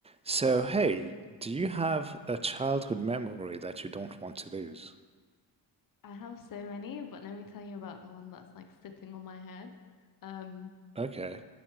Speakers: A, on the right; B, on the left.
A: So, hey, do you have a childhood memory that you don't want to lose?
B: I have so many, but let me tell you about the one that's like sitting on my head. Um,
A: Okay.